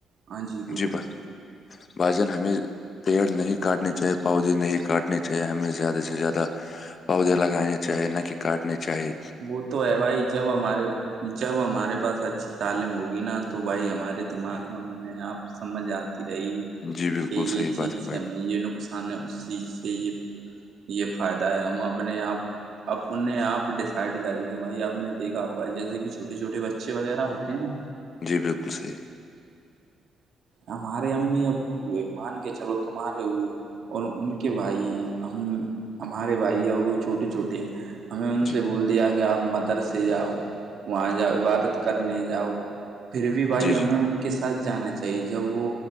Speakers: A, on the right; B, on the left.
A: ہاں بولیے
B: جی ب بھ جن ہمیں پیڑ نہیں کاٹنے چاہیے پودے نہیں کاٹنے چاہیے ہمیں زیادہ سے زیادہ پودے لگانے چاہیے نہ کہ کاٹنے چاہی
A: وہ تو ہے بھائی جب ہمارے جب ہمارے پاس اچھی تعلیم ہوگی نا تو بھائی ہمارے دماغ میں انہیں آپ سمجھ آتی رہی
B: جی بالکل
A: کہ
B: صحیح
A: یہ چیز
B: بات ہے
A: سے
B: بھائی
A: ہمیں
B: جان
A: یہ نقصان ہے اس چیز سے یہ یہ فائدہ ہے ہم اپنے آپ اپنے آپ سائڈ کر لیںے بھائی آپ نے دیکا ہوگا جیسے کہ چھوے چھوٹے بچے وغیرہ ہوتے ہیں نا
B: جی بالکل صحیح
A: ہمارے امی ابو ہوئے مان کے چلو تمہارے ہوئے اور ان کے بھائی ہیں ہم ہمارے بھائی اور وہ چھوٹے چھوٹے ہیں ہمیں ان
B: جی
A: سے بول دیا کہ آپ مدرسے جاؤ وہاں جاؤ عبادت کرنے جاؤ پھر بھی بھائی
B: جی جی
A: ہمیں ان کے ساتھ جانا چاہیے جب وہ